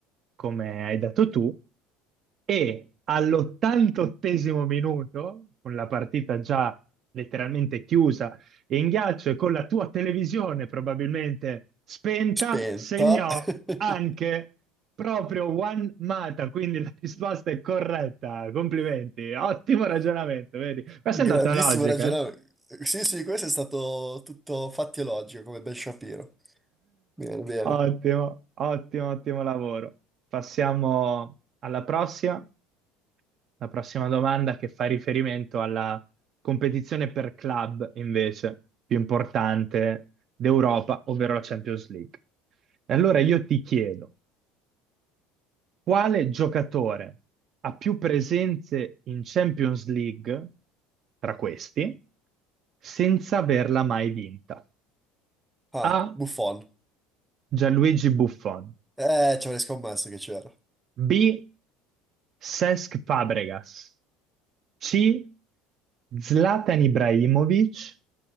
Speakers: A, on the right (about 40°); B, in the centre.
A: come hai detto tu, e all'88esimo minuto, con la partita già letteralmente chiusa in ghiaccio e con la tua televisione probabilmente spenta,
B: Spenta.
A: segnò
B: <laughs>
A: anche proprio Juan Mata, quindi la risposta è corretta. Complimenti, ottimo ragionamento, vedi? Questa
B: Grandissimo
A: è andata logica.
B: ragionamento.
A: eh?
B: Sì, sì, questo è stato tutto fatti e logico, come Ben Shapiro. Bene, bene.
A: Ottimo, ottimo, ottimo lavoro. Passiamo alla prossima. La prossima domanda che fa riferimento alla competizione per club, invece, più importante d'Europa, ovvero la Champions League. E allora io ti chiedo, quale giocatore ha più presenze in Champions League tra questi senza averla mai vinta?
B: Ah,
A: A.
B: Buffon.
A: Gianluigi Buffon
B: Eh, ci avrei scommesso che c'era.
A: B. Cesc Fabregas. C. Zlatan Ibrahimovic.